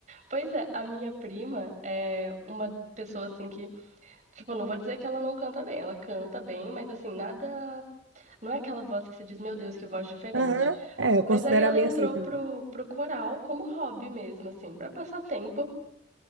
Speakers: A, on the right (about 40°); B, on the right (about 85°).
A: Pois é, a minha prima é uma pessoa assim que. Tipo, não vou dizer que ela não canta bem. Ela canta bem, mas assim, nada. Não é aquela voz que você diz, meu Deus, que voz diferente.
B: Aham. É, eu
A: Mas
B: considero
A: aí ela
B: a minha
A: entrou
B: assim também.
A: pro, pro coral como hobby mesmo, assim, pra passar tempo.